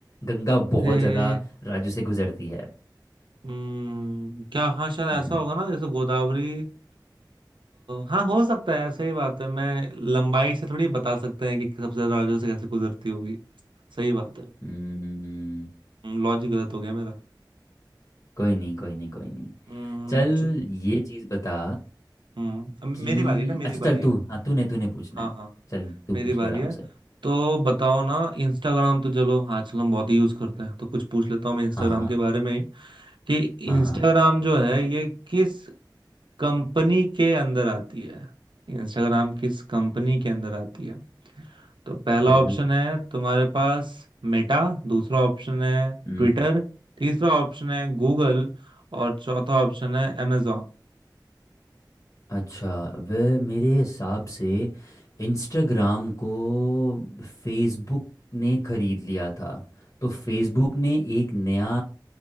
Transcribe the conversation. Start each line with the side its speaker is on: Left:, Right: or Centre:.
Left: गंगा बहुत
Right: अरे
Left: ज़्यादा राज्यों से गुजरती है
Right: हम्म क्या हाँ शायद ऐसा
Left: हम्म
Right: होगा ना जैसे गोदावरी अ, हाँ हो सकता है सही बात है मैं लंबाई से थोड़ी बता सकते हैं कि सबसे ज्यादा राज्यों से कैसे गुजरती होगी सही बात है
Left: हम्म,
Right: लॉजिक गलत हो गया मेरा
Left: कोई नहीं कोई नहीं कोई नहीं
Right: हम्म,
Left: चल
Right: च-
Left: ये चीज़ बता
Right: हम्म, अब
Left: कि
Right: मेरी बारी है ना मेरी
Left: अच्छा चल
Right: बारी
Left: तू
Right: है
Left: हाँ तूने तूने पूछना
Right: हाँ
Left: है
Right: हाँ
Left: चल तू
Right: मेरी
Left: पूछ
Right: बारी
Left: ले आराम
Right: है
Left: से
Right: तो बताओ ना इंस्टाग्राम तो चलो आजकल हम बहुत ही यूज करते हैं तो कुछ पूछ लेता हूँ मैं इंस्टाग्राम
Left: हाँ हाँ
Right: के बारे में ही कि
Left: हाँ
Right: इंस्टाग्राम
Left: हाँ
Right: जो है ये किस कंपनी के अंदर आती है इंस्टाग्राम किस कंपनी के अंदर आती है तो पहला
Left: ओ
Right: ऑप्शन है तुम्हारे पास मेटा दूसरा ऑप्शन है
Left: हम्म
Right: ट्विटर तीसरा ऑप्शन है गूगल और चौथा ऑप्शन है amazon
Left: अच्छा वह मेरे हिसाब से इंस्टाग्राम को फेसबुक ने खरीद लिया था तो फेसबुक ने एक नया